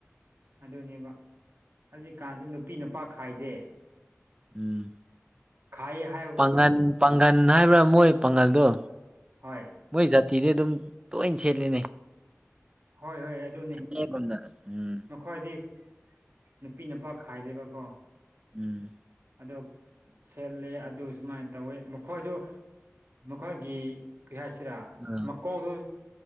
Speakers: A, on the right (about 50°); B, on the right (about 20°).
A: ꯑꯗꯨꯅꯤꯕ ꯍꯧꯖꯤꯛꯀꯥꯟꯁꯤ ꯅꯨꯄꯤ ꯅꯨꯄꯥ ꯈꯥꯏꯗꯦ
B: ꯎꯝ
A: ꯈꯥꯏꯌꯦ ꯍꯥꯏꯕꯕꯨ
B: ꯄꯥꯒꯟ ꯄꯥꯡꯒꯟ ꯍꯥꯏꯕ꯭ꯔꯥ ꯃꯣꯏ ꯄꯥꯡꯒꯜꯗꯣ
A: ꯍꯣꯏ
B: ꯃꯣꯏ ꯖꯥꯇꯤꯗꯤ ꯑꯗꯨꯝ ꯇꯣꯏꯅ ꯁꯦꯠꯂꯤꯅꯦ
A: ꯍꯣꯏ ꯍꯣꯏ ꯑꯗꯨꯅꯤ
B: ꯐꯅꯦꯛꯒꯨꯝꯅ ꯎꯝ
A: ꯃꯥꯈꯣꯏꯗꯤ ꯅꯨꯄꯤ ꯅꯨꯄꯥ ꯈꯥꯏꯗꯦꯕꯀꯣ
B: ꯎꯝ
A: ꯑꯗꯨ ꯁꯦꯠꯂꯦ ꯑꯗꯨ ꯁꯨꯃꯥꯏꯅ ꯇꯧꯋꯤ ꯃꯈꯣꯏꯁꯨ ꯃꯈꯣꯏꯒꯤ ꯀꯩ ꯍꯥꯏꯁꯤꯔꯥ
B: ꯎꯝ
A: ꯀꯣꯛꯁꯨ